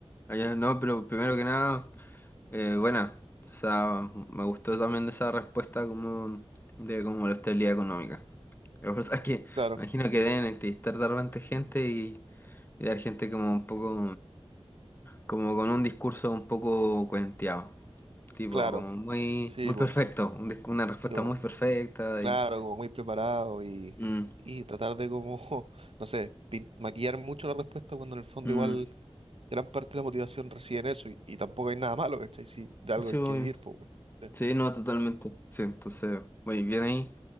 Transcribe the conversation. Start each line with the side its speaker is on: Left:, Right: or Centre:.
Left: Allá, no, pero primero que nada, eh, buena. O sea, me gustó también de esa respuesta como de como la estabilidad económica. <laughs> La verdad es que
Right: Claro,
Left: imagino que deben entrevistar de repente gente y, y dar gente como un poco, como con un discurso un poco cuenteado, tipo,
Right: claro.
Left: como muy,
Right: Sí,
Left: muy
Right: pues,
Left: perfecto, un dis- una respuesta
Right: digo,
Left: muy perfecta
Right: claro,
Left: y...
Right: como muy preparado y,
Left: mm,
Right: y tratar de como, <laughs> no sé, pin- maquillar mucho la respuesta cuando en el fondo
Left: mm,
Right: igual gran parte de la motivación reside en eso y, y tampoco hay nada malo, ¿cachai? Si de algo
Left: sí,
Right: hay
Left: obvio.
Right: que vivir, pues, bueno, sí,
Left: Sí, no, totalmente. Sí, entonces, muy bien ahí.